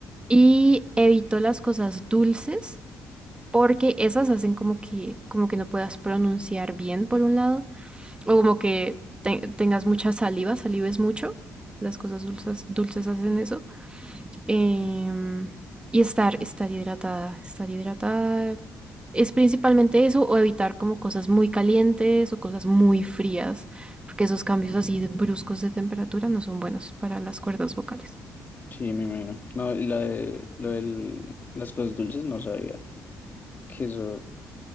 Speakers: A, on the right; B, on the left.
A: y evito las cosas dulces, porque esas hacen como que, como que no puedas pronunciar bien, por un lado, o como que te- tengas mucha saliva, salives mucho. Las cosas dulces, dulces hacen eso em, y estar, estar hidratada, estar hidratada es principalmente eso o evitar como cosas muy calientes o cosas muy frías, porque esos cambios así de bruscos de temperatura no son buenos para las cuerdas vocales.
B: sí, me imagino. No, lo de, lo del las cosas dulces no sabía que eso. O